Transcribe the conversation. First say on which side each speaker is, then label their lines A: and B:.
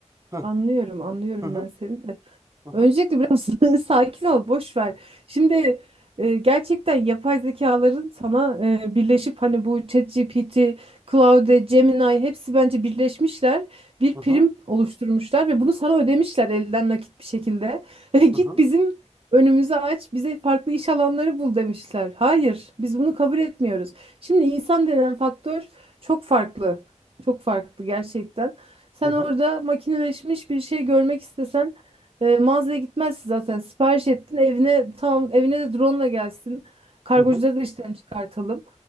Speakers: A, on the right; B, on the right.
A: Hı
B: anlıyorum, anlıyorum
A: hı hı
B: ben seni de.
A: hı hı
B: Öncelikle biraz <laughs> sakin ol, boş ver. Şimdi e, gerçekten yapay zekaların sana e, birleşip hani bu ChatGPT, Claude, Gemini hepsi bence birleşmişler. Bir
A: hı
B: prim oluşturmuşlar ve bunu sana ödemişler elden nakit bir şekilde. <laughs> Git
A: hı
B: bizim önümüzü aç, bize farklı iş alanları bul demişler. Hayır, biz bunu kabul etmiyoruz. Şimdi insan denen faktör çok farklı. Çok farklı gerçekten. Sen
A: hı
B: orada makineleşmiş bir şey görmek istesen e, mağazaya gitmezsin zaten. Sipariş ettin evine tamam evine de drone gelsin. Kargocuları
A: hı
B: da işten çıkartalım.